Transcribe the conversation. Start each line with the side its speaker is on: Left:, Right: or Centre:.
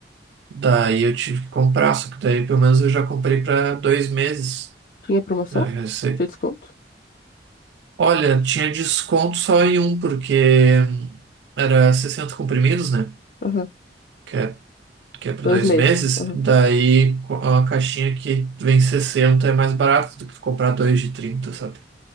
Right: Daí eu tive que comprar, só que daí pelo menos eu já comprei para dois meses.
Left: Tinha promoção?
Right: Aí eu já sei.
Left: Tinha desconto?
Right: Olha, tinha desconto só em um, porque era 60 comprimidos, né?
Left: Aham.
Right: Que é, que é para
Left: Dois
Right: dois
Left: meses.
Right: meses.
Left: Aham.
Right: Daí co- a caixinha que vem 60 é mais barato do que tu comprar dois de 30, sabe?